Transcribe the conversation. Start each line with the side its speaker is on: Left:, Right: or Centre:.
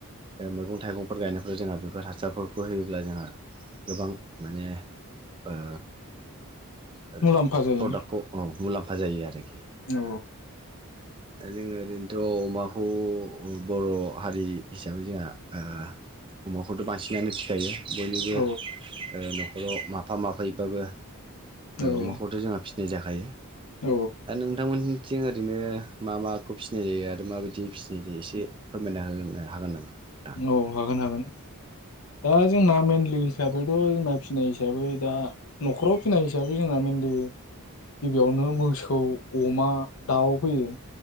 Right: ओ मैगं थाइगंफोर गायनायफोराव जोंहा बेफोर हासारफोरखौ होयोब्ला जोंहा गोबां माने ओ ओ
Left: मुलाम्फा जायो
Right: प्रडाक्टखौ औ। मुलाम्फा जायो आरोखि।
Left: औ।
Right: दा जोङो ओरैनोथ' अमाखौ ओ बर' हारि हिसाबै जोंहा ओ अमाखौथ' बांसिन <unintelligible> फिखायो। बयनिबो
Left: औ
Right: ओ न 'ख ख‌राव माथाम माब्रैबाबो
Left: औ
Right: अमाखौथ' जोंना फि बे जाखायो।
Left: औ
Right: दा नोंथांमोन थिं ओरैनो मा माखौ फिसिनाय जायो आरो माबायदि फिसिनाय जायो एसे फोरमायना होनो हागोन नामा? नोंथां?
Left: औ हागोन हागोन। दा जोंना मेनलि हिसाबैथ‌' जोंना फिनाय हिसाबै दा न'खराव फिनाय हिसाबै जोंना मेनलि गिबियावनो मोसौ अमा दाउ फैयो।